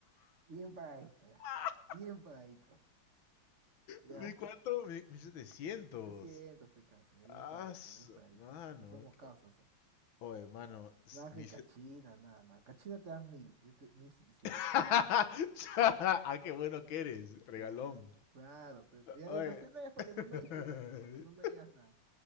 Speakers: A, on the right; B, on the left.
A: Bien pagadito,
B: <laughs>
A: ya. Bien pagadito. Ya.
B: ¿Mi cuánto? Mi, 1700.
A: setecientos pe, cansa, ya. Bien
B: Ah,
A: pagadito,
B: su-
A: bien pagadito.
B: mano.
A: Porque somos
B: qué-
A: causas. ¿ah?
B: Oye, mano. s-
A: Nada
B: Mi
A: que
B: set
A: cachina, nada, nada. Cachina te dan mil, yo te, mil setecientos.
B: <laughs> Cha, ah, qué bueno que eres, regalón.
A: Ya, pe- claro, pe- pe- ya,
B: Oye.
A: ¿para qué no es? Para
B: <laughs>
A: que no me discutas, para que no me digas nada.